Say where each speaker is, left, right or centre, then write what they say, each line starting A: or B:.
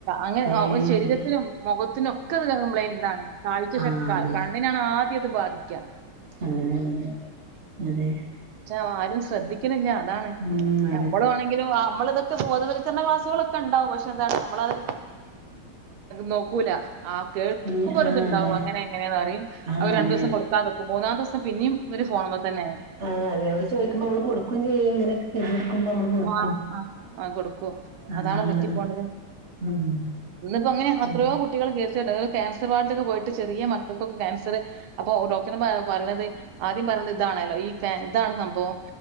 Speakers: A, on the right (about 80°); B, on the right (about 50°).
A: അങ്ങനെ
B: ഏ
A: ഒരു ശരീരത്തിനും
B: അതെ
A: മുഖത്തിനും ഒക്കെ അത് കംപ്ലയിന്റ് ഇതാണ് കാഴ്ച
B: ആ
A: ശ കാ
B: അതെ
A: ക ണ്ണിനെ അണ് ആദ്യം ഇത് ബാധിക്കുക
B: കണ്ണിന് അങ്ങനെ അതെ
A: വെച്ചാ ആരും ശ്രദ്ധിക്കണില്ല അതാണ്
B: ഉം അതെ
A: നമ്മള് ആണെ ങ്കിലും നമ്മള് ഇതൊക്കെ ബോധവൽക്കരണ ക്ലാസുകളൊക്കെ ഉണ്ടാവും പക്ഷെ എന്താണ് നമ്മളത് നോക്കൂല ആഹ് കേട്ടുക്കുമ്പോ
B: ഇല്ല
A: ഒരു
B: ആ
A: ഇതുണ്ടാവും
B: അതെ
A: അങ്ങനെ എങ്ങനെയെന്ന് പറയും
B: ആ
A: അവര്
B: അതെ
A: രണ്ട് ദിവസം കൊടുക്കാതെ നിക്കും മൂന്നാമത്തെ ദിവസം പിന്നെയും ഇവര് ഫോണുമേൽ തന്നെയാ
B: ആഹ് അതെ അവര് ചോദിക്കുമ്പോ നമ്മള് കൊടുക്കുവേയും ചെയ്യും <unintelligible> നമ്മള് കൊടുക്കും
A: ആഹ് ആഹ് ആ കൊടുക്കും
B: അതാണുള്ളത്
A: അതാണ് പറ്റി പോണത്
B: ഉം
A: ഇന്നിപ്പോ അങ്ങനെ അത്രയോ
B: ഉം
A: കു കുട്ടികൾ കേസ് ക്യാൻസർ വാർഡ്‌ക്ക് പോയിട്ട് ചെറിയ മക്കൾക്കൊക്കെ ക്യാൻസർ അപ്പോ ഡോ ക്ടർ പറയണത് ആദ്യം പറയണെ ഇതാണല്ലോ ഈ ഇതാണ് സംഭവം